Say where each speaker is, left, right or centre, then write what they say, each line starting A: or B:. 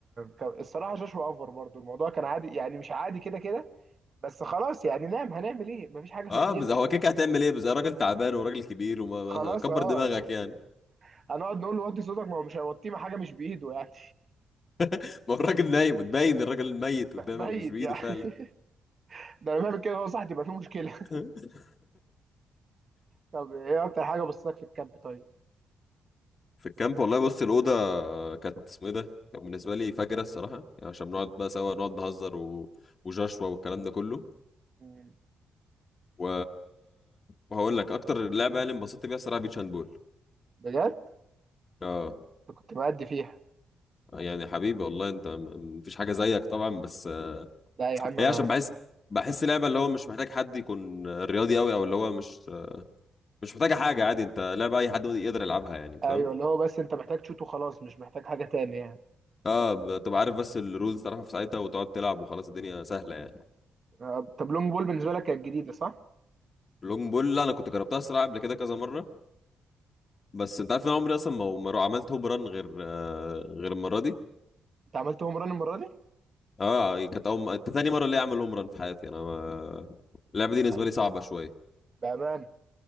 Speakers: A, on the right (about 35°); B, on the left (about 30°).
A: كان- الصراحه شاشة اوفر برضو الموضوع كان عادي يعني مش عادي كده كده بس خلاص يعني نام هنعمل ايه مفيش حاجه في
B: اه
A: ايدينا
B: بس هو
A: يعني
B: كيك هتعمل ايه بس راجل تعبان وراجل كبير وما
A: خلاص
B: ما- كبر
A: اه
B: دماغك يعني
A: هنقعد نقول له وطي صوتك ما هو مش هيوطيه ما حاجه مش بايده يعني
B: <laughs> ما هو الراجل نايم وتبين الراجل الميت قدامك
A: ميت
B: مش بايده
A: يعني
B: فعلا
A: <laughs> ده لما بيعمل كده هو صح تبقى في مشكله <laughs>
B: <laughs>
A: طب ايه اكتر حاجه بصتك في الكامب طيب
B: في الكامب والله بص الأوضة كانت اسمه ايه ده كان بالنسبة لي فجرة الصراحة يعني عشان بنقعد بقى سوا نقعد نهزر و... وجشوا والكلام ده كله
A: مم.
B: و... وهقول لك أكتر لعبة يعني انبسطت بيها الصراحة بيتش هاند بول
A: بجد
B: اه
A: أنت كنت مأدي فيها
B: يعني حبيبي والله أنت م- مفيش حاجة زيك طبعا بس آه،
A: لا يا عم
B: هي
A: انا
B: عشان بحس بحس لعبة اللي هو مش محتاج حد يكون رياضي أوي أو اللي هو مش مش محتاجة حاجة عادي أنت لعبة أي حد يقدر يلعبها يعني فاهم
A: ايوه اللي هو بس انت محتاج تشوت وخلاص مش محتاج حاجه تاني يعني
B: اه بتبقى عارف بس الرولز تعرفها في ساعتها وتقعد تلعب وخلاص الدنيا سهلة يعني
A: آه، طب لونج بول بالنسبه لك كانت جديده صح
B: لونج بول لا انا كنت جربتها الصراحه قبل كده كذا مره بس انت عارف ان انا عمري اصلا ما ما رو- عملت هوم ران غير آه، غير المره دي
A: انت عملت هوم ران المره دي
B: اه كانت اول م- تاني مره اللي اعمل هوم ران في حياتي انا ما... اللعبه دي بالنسبه
A: ب-
B: لي صعبه شويه
A: بامانه